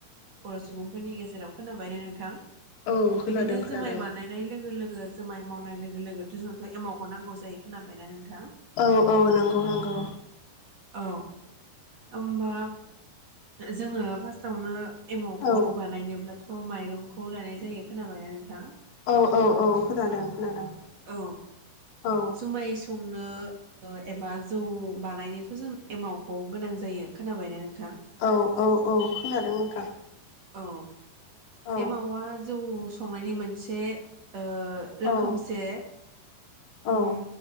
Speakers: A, on the right; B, on the left.
A: बर' सुबुंफोरनि गेजेराव खोनाबाय ने नोंथां?
B: औ
A: बिदिनो
B: खोनादों खोनादों।
A: जुमाय बानायनाय लोगो लोगो जोमाय मावनाय लोगो लोगोथ' जोंथ' एमाव खौ नांगौ जायो खोनायना नोंथां?
B: औ औ नंगौ नंगौ
A: औ होमबा जोङो फार्स्टआवनो एमावखौ
B: औ
A: बानायनोब्ला थ' माइरंखौ लानाय जायो खोनाबायना नोंथां?
B: औ औ औ खोनादों खोनादों।
A: औ
B: औ
A: जुमाय संनो ओ एबा जौ बानायनोथ' जों एमावखौ गोनां जायो खोनाबायना नों
B: औ औ औ खोनादों नोंथां।
A: औ
B: औ
A: एमावा जौ संनायनि मोनसे ओ
B: औ
A: रोखोमसे
B: औ
A: उम